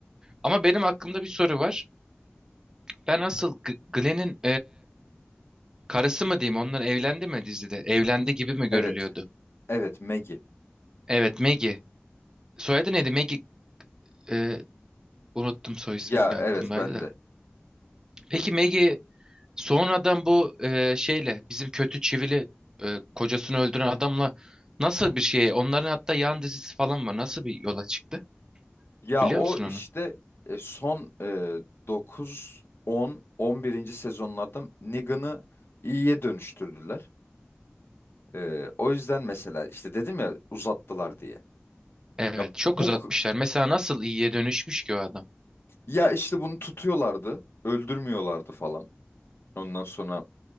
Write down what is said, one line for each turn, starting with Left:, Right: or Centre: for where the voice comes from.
Right: Ama benim aklımda bir soru var. Ben asıl G- Glenn'in Karısı mı diyeyim? Onlar evlendi mi dizide? Evlendi gibi mi görülüyordu?
Left: Evet. Evet Maggie.
Right: Evet, Maggie. Soyadı neydi? Maggie e, unuttum soy ismini
Left: Ya
Right: de aklımdaydı
Left: evet ben
Right: da.
Left: de.
Right: Peki Maggie sonradan bu e, şeyle bizim kötü çivili e, kocasını öldüren adamla nasıl bir şeye onların hatta yan dizisi falan var. Nasıl bir yola çıktı?
Left: Ya
Right: Biliyor
Left: o
Right: musun
Left: işte
Right: onu?
Left: e, son e, dokuz, on on birinci sezonlarda Negan'ı iyiye dönüştürdüler. E, o yüzden mesela işte dedim ya uzattılar diye.
Right: Evet,
Left: Ya
Right: çok
Left: bu
Right: uzatmışlar. Mesela nasıl iyiye dönüşmüş ki o adam?
Left: ya işte bunu tutuyorlardı, öldürmüyorlardı falan. Ondan sonra